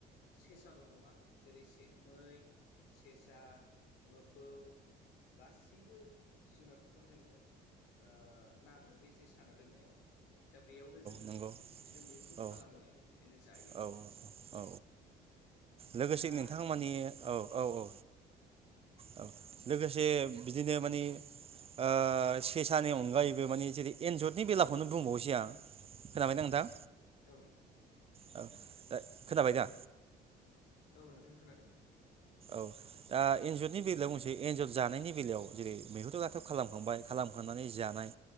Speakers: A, on the left (about 80°); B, on the right (about 35°).
A: सेसाल' नङा। जेरै से मै सेसा मोफौ गासैबो जुनारफोरखौनो जोङो ओ नाङो बे जे सो साना दोननायाव। दा बेयावनो जोङो
B: नंगौ
A: बिदिनो मैहुरखौ
B: औ
A: खालामो आरो बिदिनो जायो।
B: औ औ लोगोसे
A: दा
B: नोंथां मानि औ औ औ। औ लोगोसे बिदिनो माने ओ सेसानि अनगायैबो माने जेरै- एन्जतनि बेलाखौनो बुंबाव <unintelligible> आं खोनाबायना नोंथां।
A: औ नोंथां।
B: औ दा खोनाबाय दा।
A: औ नोंथां खोनादों औ।
B: औ दा एन्जरनि बेलायाव बुंसै एन्जर जानायनि बेलायाव जेरै- मैहुराथ खालामखांबाय खालामखांनानै जानाय